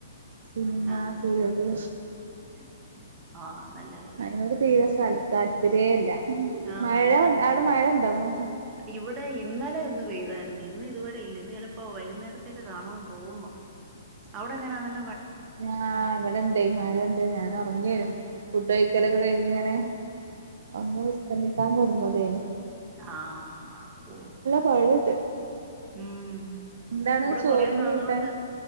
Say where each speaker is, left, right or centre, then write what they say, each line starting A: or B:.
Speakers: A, on the right; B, on the right.
A: സിനിമ,
B: ആഹ്
A: സീരിയല്.
B: ആഹ് നല്ല കാര്യാ
A: അയിനോട് തീരെ സ താല്പര്യല്ല,
B: ആഹ്
A: മഴ അവിടെ മഴണ്ടോ അവിടെ?
B: ഇവിടെ ഇ ഇന്നലെ ഒന്ന് പെയ്തായിരുന്നു ഇന്ന് ഇതുവരെ ഇല്ല ഇന്ന് ചെലപ്പോ വൈകുന്നരത്തേക്ക് കാണൂന്നു തോന്നുന്നു അവിടെങ്ങന ന
A: ഞാ ഇവിടണ്ടേ മഴണ്ട് ഞാൻ ഒർങ്ങേനു
B: ഉം
A: ഫുഡ് കഴിക്കലൊക്കെ കയി ങ്ങനെ ഒന്ന് വിശ്രമിക്കാൻ തുട ന്തേലും
B: ആ ഓ
A: മഴണ്ട്
B: ഉം
A: എന്താണ്
B: ഇവിടെ
A: ചോറിന്
B: കൊറെേ നാള്
A: കൂട്ടാൻ
B: കൊണ്ട്